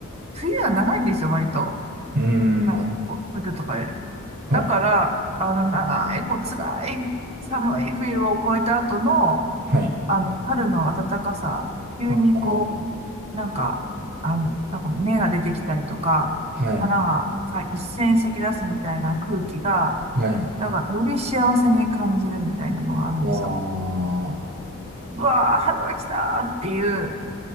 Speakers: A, on the right (about 30°); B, on the right (about 45°).
A: 冬は長いんですよ、割と。
B: うーん、
A: なんかこう、
B: あ
A: 東京とかより。
B: はい。
A: だから、あの、長い、こう、辛い、寒い冬を越えた後の、
B: はい。
A: あの、春の暖かさ、急にこ
B: あー
A: う、なんか、あの、なんか芽が出てきたりとか、
B: はい。
A: 花がさ一斉に咲き出すみたいな空気が、
B: はい。
A: なんか、より幸せに感じるみたいなのがあるんですよ。
B: ああ。
A: うわー、春が来たーっていう、